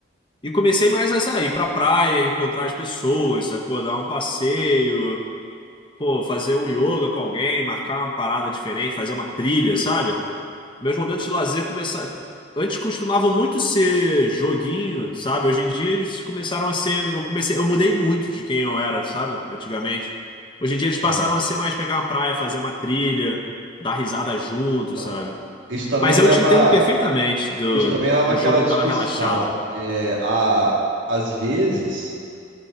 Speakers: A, on the left; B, on the right.
A: E comecei mais a sair pra praia, encontrar as pessoas, sacou? Dar um passeio, pô, fazer um yoga com alguém, marcar uma parada diferente, fazer uma trilha, sabe? Meus momentos de lazer começaram. Antes costumavam muito ser joguinho, sabe? Hoje em dia eles começaram a ser. Eu comecei, eu mudei muito de quem eu era, sabe? Antigamente. Hoje em dia eles passaram
B: É,
A: a ser mais pegar uma praia, fazer uma trilha, dar risada junto,
B: então,
A: sabe?
B: isso também
A: Mas eu
B: leva,
A: te entendo perfeitamente do,
B: isso também leva
A: do
B: àquela
A: jogo
B: discussão.
A: dar uma relaxada.
B: É, a, às vezes.